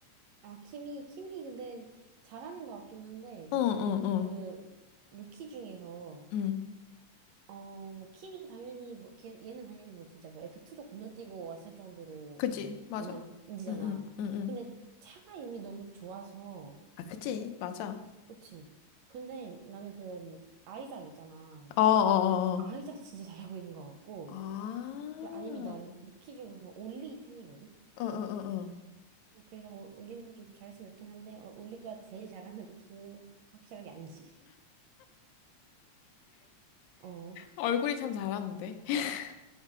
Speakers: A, on the right; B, on the left.
A: 아, 키미, 키미 근데 잘하는 것 같긴 한데, 난
B: 어, 어, 어.
A: 그, 루키 중에서,
B: 응.
A: 어, 뭐, 키미 당연히, 뭐, 걔, 얘는 당연히 뭐, 진짜 뭐, F2도 건너뛰고 왔을 정도로,
B: 그지.
A: 뭐,
B: 맞아.
A: 완전 인지잖아.
B: 응, 응, 응, 응.
A: 근데 차가 이미 너무 좋아서,
B: 아, 그지. 맞아.
A: 그치. 근데 나는 그 아이작 있잖아.
B: 어, 어, 어,
A: 아이작
B: 어.
A: 진짜 잘하고 있는 것 같고.
B: 아.
A: 그 아니면 난 루키 중에서 올리 팬이거든.
B: 어, 어, 어, 어.
A: 근데 그래서 올- 올리는 좀 잘했으면 좋긴 한데 어, 올리가 제일 잘하는 루키는 확실하게 아니지. 어.
B: 얼굴이 참 잘하는데. <laughs>